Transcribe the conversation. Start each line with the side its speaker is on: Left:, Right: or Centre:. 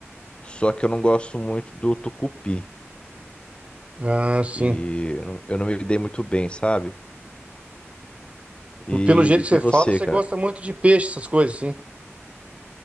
Left: Só que eu não gosto muito do tucupi,
Right: Ah,
Left: que
Right: sim.
Left: eu não- eu não me dei muito bem, sabe? E,
Right: Pelo jeito que você
Left: e você,
Right: fala, você
Left: cara?
Right: gosta muito de peixe, essas coisas, sim.